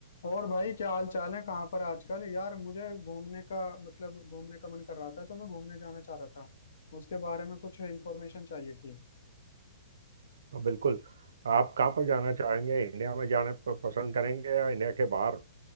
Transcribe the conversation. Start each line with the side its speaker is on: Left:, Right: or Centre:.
Left: और भाई क्या हाल चाल है कहाँ पर आजकल यार मुझे घूमने का मतलब घूमने का मन कर रहा था तो मैं घूमने जाना चाह रहा था उसके बारे में कुछ इन्फॉर्मेशन चाहिए थी
Right: तो बिल्कुल आप कहाँ पर जाना चाहेंगे इंडिया में जाना प- पसंद करेंगे या इंडिया के बाहर